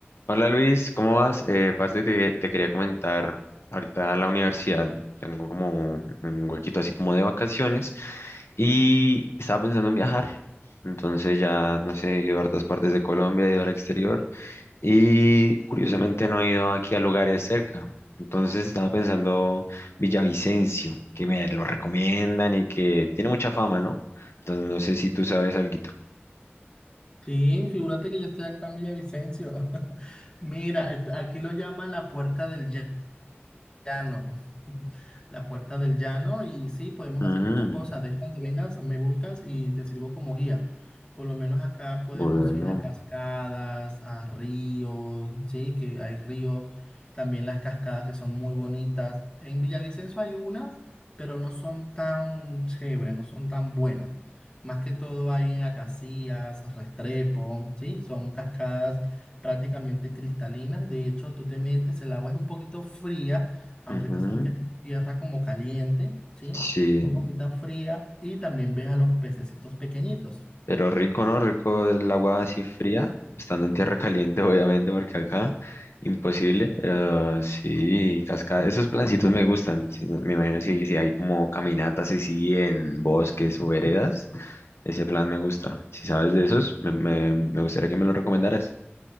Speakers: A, on the left (about 80°); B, on the left (about 25°).
A: Hola Luis, ¿cómo vas? Eh, parce, te, te quería comentar, ahorita a la universidad tengo como un un huequito así como de vacaciones y estaba pensando en viajar. Entonces ya, no sé, he ido a hartas partes de Colombia, he ido al exterior y curiosamente no he ido aquí a lugares cerca. Entonces estaba pensando Villavicencio, que me lo recomiendan y que tiene mucha fama, ¿no? Entonces no sé si tú sabes alguito.
B: Sí, figúrate que yo estoy acá en Villavicencio. <laughs> Mira, et- aquí lo llaman la puerta del llano, <laughs> la puerta del llano y sí, podemos
A: Mm,
B: hacer muchas cosas. De hecho, cuando vengas, me buscas y te sirvo como guía. Por lo menos acá podemos
A: bueno,
B: ir a cascadas, a ríos, sí, que hay ríos, también las cascadas que son muy bonitas. En Villavicencio hay unas, pero no son tan chéveres, no son tan buenas. Más que todo hay en Acacías, Restrepo, sí, son cascadas prácticamente cristalinas. De hecho, tú te metes, el agua es un poquito fría aunque
A: ujú,
B: tú sabes que esta es tierra como caliente, ¿sí?
A: sí.
B: Es un poquito fría y también ves a los pececitos pequeñitos.
A: Pero rico, ¿no? Rico el agua así fría, estando en tierra caliente, <laughs> obviamente, porque acá imposible. Pero sí, cascada. Esos plancitos me gustan. sí, me imagino si, si hay como caminatas así en bosques o veredas. Ese plan me gusta. Si sabes de esos, me, me, me gustaría que me lo recomendaras.